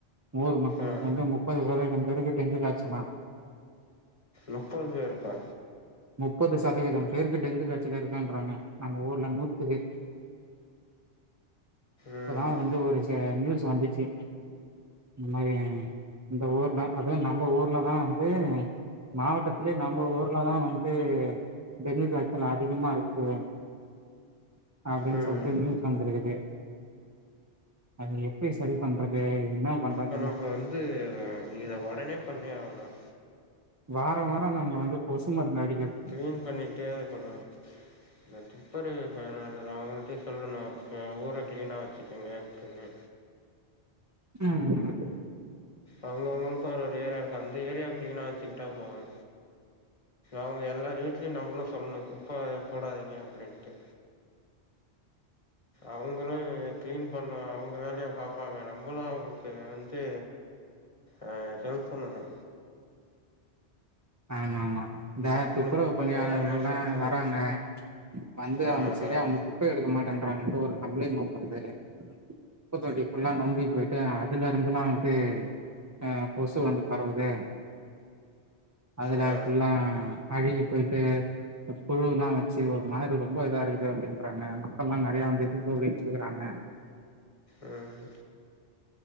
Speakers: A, on the right; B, on the left.
A: நூறு மக்கள்க்கு
B: ஆ
A: வந்து முப்பது சதவீதம் பேருக்கு டெங்கு காய்சலாம்.
B: முப்பது பேருக்கா?
A: முப்பது சதவீதம் பேருக்கு டெங்கு காய்ச்சலா இருக்குன்றாங்க, நம்ம ஊர்ல நூத்து பே , இப்பதான்
B: ம்
A: வந்து ஒரு ச நியூஸ் வந்துச்சு இந்த மாரி இந்த ஊர்ல அதுவும் நம்ப ஊர்ல தான் வந்து மாவட்டத்திலயே நம்ப ஊர்லதான் வந்து டெங்கு காய்ச்சல் அதிகமா இருக்குது அப்டின்
B: ம்
A: சொல்ட்டு நியூஸ் வந்திருக்கு, அது எப்டி சரி பண்றது என்ன பண்றது
B: இப்ப வந்து இத உடனே பண்ணி ஆவணும்.
A: வாரம் வாரம் நம்ம வந்து கொசு மருந்து அடிக்
B: கிளீன் பண்ணிட்டே இருக்கணும், இந்த துப்பரு பணி அத அவங்கள்ட்டே சொல்லணும், ஊர கிளீனா வச்சுக்கிங்க அப்டின்னு.
A: ம் ம் ம்
B: அவங்க அவங்களுக்கான ஏரியா இருக்கும், அந்த ஏரியாவ கிளீனா வச்சுக்கிட்டா போது, அவங்க எல்லார் வீட்லியும் நம்மளும் சொல்ணும் குப்ப போடாதீங்க அப்டின்ட்டு. அவங்களும் கிளீன் பண்ண அவங்க வேலயா அவங்க பாப்பாங்க, நம்மளும் அவங்களுக்கு வந்து அ ஹெல்ப் பண்ணணு.
A: ஆமா, ஆமா. இந்த
B: நம்மளு
A: துப்புரவு
B: குப்ப
A: பணியாளர்களெல்லா
B: போடாம சுத்தணு
A: வராங்க, வந்து
B: ஆ
A: அவங்க
B: நான்
A: சரியா அவங்க குப்பய எடுக்க மாட்ட பண்றாங்கன்ட்டு ஒரு கம்ப்ளைன் வருது, குப்பத்தொட்டி ஃபுல்லா நொம்பி போயிட்டு அதுலருந்துல்லா வந்து, அ கொசு வந்து பரவுது. அதுல
B: ஆ
A: ஃபுல்லா அழுகி போயிட்டு புழுலா வச்சு ஒரு மாரி ரொம்ப இதா இருக்குது அப்டின்றாங்க, மக்கள் லா நெறய வந்து <unintelligible> றாங்க,
B: ம்